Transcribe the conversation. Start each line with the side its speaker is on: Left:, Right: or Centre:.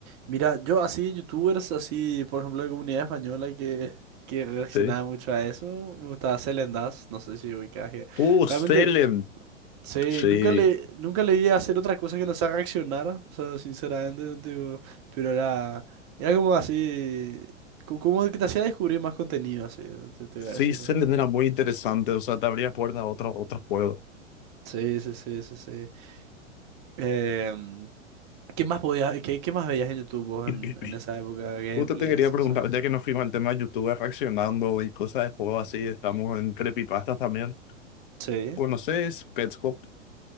Right: Mira, yo así, youtubers, así, por ejemplo, de comunidad española que, que reaccionaba
Left: Sí.
Right: mucho a eso, me gustaba Selen Das, no sé si ubicás que-
Left: Uh, Salem.
Right: Realmente, sí,
Left: Sí,
Right: nunca le, nunca le vi hacer otra cosa que no sea reaccionar, o sea, sinceramente, tipo, pero era, era como así, co- como que te hacía descubrir más contenido, así, te, te
Left: Sí,
Right: voy a decir.
Left: se
Right: ¿no?
Left: le era muy interesante, o sea, te abría puertas a otros, otros juegos.
Right: Sí, sí, sí, sí, sí. Em, ¿qué más podías, qué, qué más veías en YouTube vos
Left: <laughs>
Right: en, en esa época? Gameplays,
Left: Justo te quería
Right: cosas.
Left: preguntar, ya que nos fuimos al tema de YouTube reaccionando y cosas de juego así, estamos en creepypastas también.
Right: Sí.
Left: ¿Conoces Pets Hop